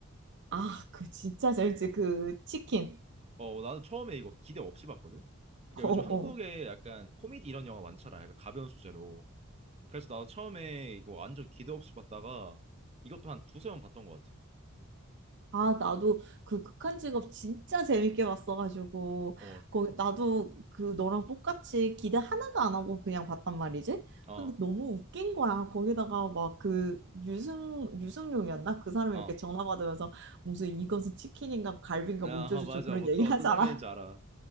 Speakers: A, on the right; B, on the right.
A: 아, 그 진짜 잘지
B: 어.
A: 그 치킨.
B: 어, 나도 처음에 이거 기대 없이 봤거든. 그러니까
A: 어,
B: 요즘
A: 어.
B: 한국에 약간 코미디 이런 영화 많잖아. 약간 가벼운 소재로. 그래서 나도 처음에 이거 완전 기대 없이 봤다가 이것도 한 두세 번 봤던 것 같아.
A: 아, 나도 그 극한 직업 진짜 재밌게 봤어가지고
B: 어,
A: 거기 나도 그 너랑 똑같이 기대 하나도 안 하고 그냥 봤단 말이지.
B: 어,
A: 근데 너무 웃긴 거야. 거기다가 막 그 유승 유승용이었나? 그 사람이
B: 어.
A: 이렇게 전화 받으면서 무슨 이것은 치킨인가 갈비인가
B: 아,
A: 뭐죠저죠
B: <laughs> 맞아.
A: 그런
B: 뭐
A: 얘기
B: 또
A: 하잖아.
B: 어떤 장면인지 알아.